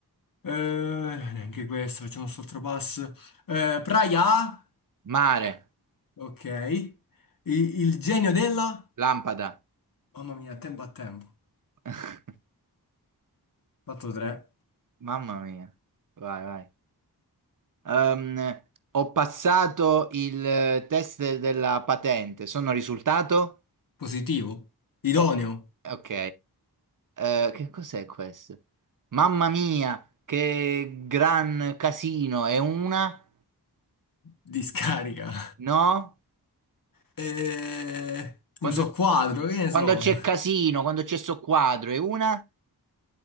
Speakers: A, on the left; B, on the right.
A: Eh, neanche questo, facciamo un altro passo. Eh, Praia,
B: Mare.
A: ok. I- il genio della...
B: Lampada.
A: Mamma mia, tempo a tempo.
B: <laughs>
A: Fatto 3.
B: Mamma mia. Vai, vai. Ehm, ho passato il eh, test della patente, sono risultato?
A: Positivo. Idoneo.
B: Ho- Ok, Eh, che cos'è questo? Mamma mia, che gran casino, è una?
A: Discarica.
B: No?
A: Eh,
B: Quando,
A: non so quadro, che ne
B: quando
A: so.
B: c'è casino, quando c'è sto quadro, è una?